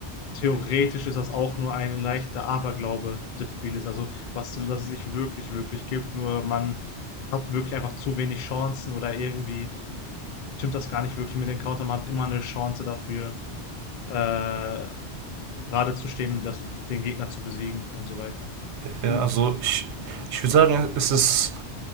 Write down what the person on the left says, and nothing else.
theoretisch ist das auch nur ein leichter Aberglaube des Spieles? Also, was, dass es nicht wirklich, wirklich gibt, nur man hat wirklich einfach zu wenig Chancen oder irgendwie stimmt das gar nicht wirklich mit den Counter. Man hat immer eine Chance dafür, äh, gerade zu stehen und das, den Gegner zu besiegen und so weiter.
Mhm.